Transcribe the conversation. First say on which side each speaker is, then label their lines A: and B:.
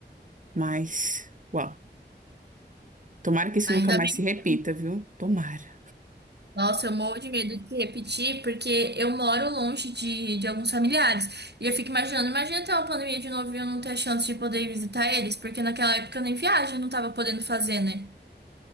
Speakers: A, on the right; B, on the right.
A: Mas, uau. Tomara que isso
B: Ainda
A: nunca mais
B: bem.
A: se repita, viu? Tomara.
B: Nossa, eu morro de medo de repetir, porque eu moro longe de, de alguns familiares. E eu fico imaginando, imagina ter uma pandemia de novo e eu não ter a chance de poder ir visitar eles, porque naquela época eu nem viagem, não tava podendo fazer, né?